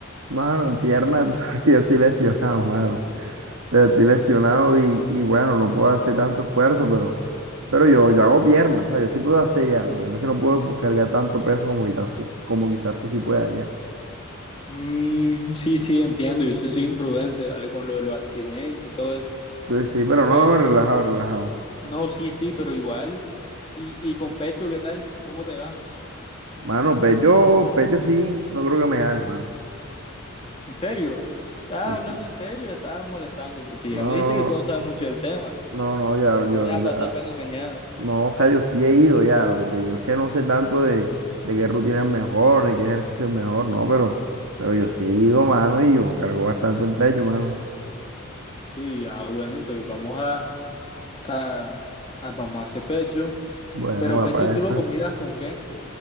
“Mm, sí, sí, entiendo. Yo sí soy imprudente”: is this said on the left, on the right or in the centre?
Left